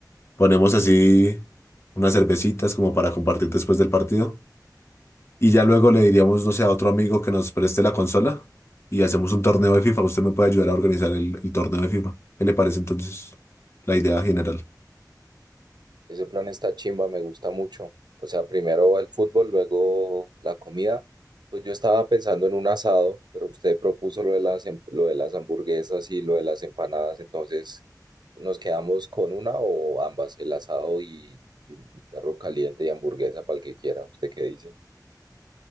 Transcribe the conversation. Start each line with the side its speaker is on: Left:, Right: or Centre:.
Left: ponemos así unas cervecitas como para compartir después del partido. Y ya luego le diríamos, no sé, a otro amigo que nos preste la consola y hacemos un torneo de FIFA. Usted me puede ayudar a organizar el, el torneo de FIFA. ¿Qué le parece entonces la idea general?
Right: Ese plan está chimba, me gusta mucho. O sea, primero el fútbol, luego la comida. Pues yo estaba pensando en un asado, pero usted propuso lo de las, em- lo de las hamburguesas y lo de las empanadas, entonces nos quedamos con una o ambas, el asado y, y un perro caliente y hamburguesa para el que quiera. ¿Usted qué dice?